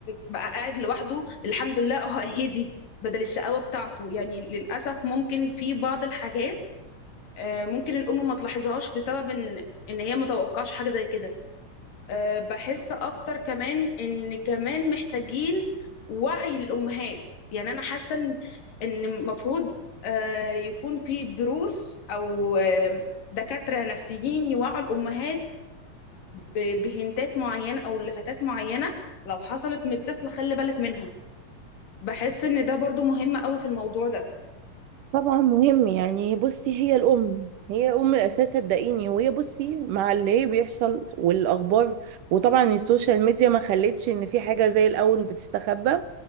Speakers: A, on the left; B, on the right.
A: بقى قاعد لوحده الحمد لله اه هدي بدل الشقاوه بتاعته يعني للاسف ممكن في بعض الحاجات آه، ممكن الام ما تلاحظهاش بسبب ان ان هي متوقعش حاجه زي كده أه، بحس اكتر كمان ان كمان محتاجين وعي للامهات يعني انا حاسه ان إن المفروض أه، يكون في دروس او أه، دكاتره نفسيين يوعوا الامهات ب- بهنتات معينه او لفتات معينه لو حصلت من الطفل خلي بالك منها بحس ان ده برضو مهم قوي في الموضوع ده
B: طبعا مهم يعني بصي هي الام هي ام الاساس صدقيني وهي بصي مع اللي هي بيحصل والاخبار وطبعا السوشيال ميديا ما خلتش ان في حاجه زي الاول بتستخبى